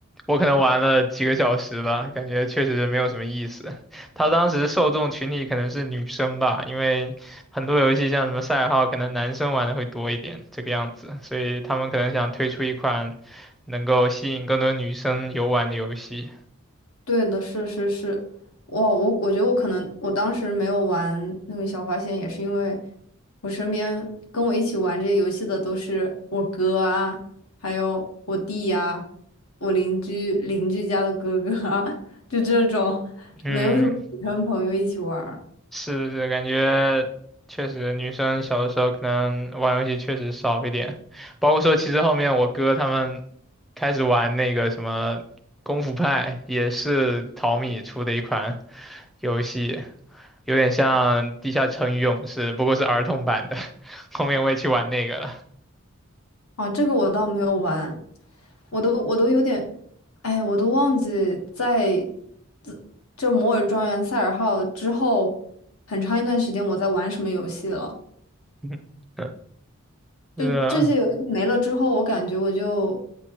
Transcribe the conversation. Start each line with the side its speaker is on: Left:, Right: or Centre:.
Centre: 我可能玩了几个小时吧，感觉确实没有什么意思。他当时受众群体可能是女生吧，因为很多游戏像什么赛尔号，可能男生玩的会多一点，这个样子，所以他们可能想推出一款能够吸引更多女生游玩的游戏。
Left: 对的，是是是，我我我觉得我可能我当时没有玩那个小花仙，也是因为我身边跟我一起玩这些游戏的都是我哥啊，还有我弟呀、啊我邻居邻居家的哥哥啊，<laughs> 就这种，
Centre: 嗯，
Left: 没有什么女生朋友一起玩儿
Centre: 是是，感觉确实女生小的时候可能玩游戏确实少一点，包括说其实后面我哥他们开始玩那个什么功夫派，也是淘米出的一款游戏，有点像《地下城与勇士》，不过是儿童版的。<laughs> 后面我也去玩那个了。
Left: 哦，这个我倒没有玩，我都我都有点，哎，我都忘记在自这《摩尔庄园》《塞尔号》之后很长一段时间我在玩什么游戏了。
Centre: <laughs> 是啊，
Left: 就这些游戏没了之后，我感觉我就